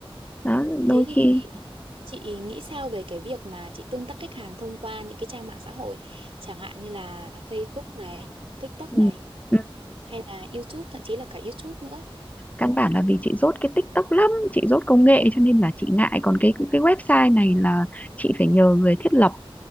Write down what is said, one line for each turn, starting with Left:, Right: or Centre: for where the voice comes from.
Left: đó, đôi
Right: thế thì
Left: khi
Right: chị nghĩ sao về cái việc mà chị tương tác khách hàng thông qua những cái trang mạng xã hội chẳng hạn như là Facebook này TikTok
Left: Ừ.
Right: này
Left: Ừ.
Right: hay là YouTube thậm chí là cả YouTube nữa
Left: Căn bản là vì chị dốt cái TikTok lắm, chị dốt công nghệ cho nên là chị ngại còn cái cái website này là chị phải nhờ người thiết lập